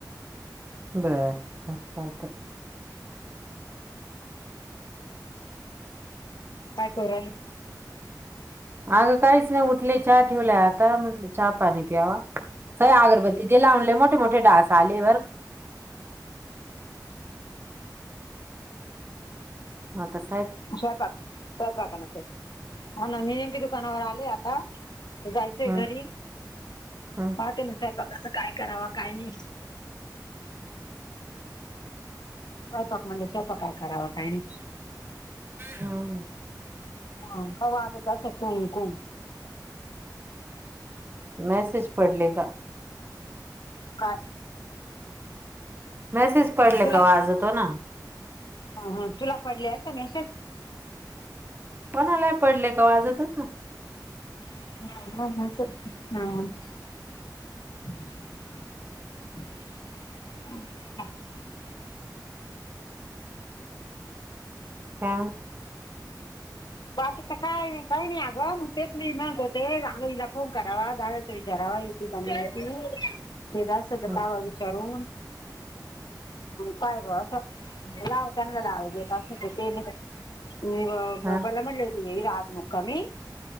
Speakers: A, on the right; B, on the left.
A: बर स वाात
B: काय खरले
A: अगं काहीच नाही उठले चहा ठेवलाय आता म्हण चहा पाणी प्यावा सय अगरबत्ती ते लावूनले मोठे मोठे डास आले वर हा तस
B: स्वयंपाक स्वयंपाकान हा ना मी नेमकीे दुकानावर आले आता जायचंय
A: हम्म
B: घरी
A: हम्म
B: म त्यानुसार बघ अस काय कराव काय नाही अस स्वपाक म्हणजे स्वयपाक काय करावं काय नाही
A: हम
B: हा हवाजत अस कणकुम
A: मॅसेज पडलेग
B: काय
A: मेसेज पडले
B: तुला
A: का आज तो ना
B: हा हा तुला पडले असं नाहीशच
A: कोणालाय पडले का वाजतच ना
B: ह हा अच्छा
A: का
B: च काय काही नाही अगं मग तेच मी म्हणत होते आगा हला फोन करावा जाव्याच विचारावा हयती पनाती हे असल तर
A: हं,
B: काबा विचारून काय ग असं लावाय अस ते म्हटलं
A: हा
B: ये आज मुखमी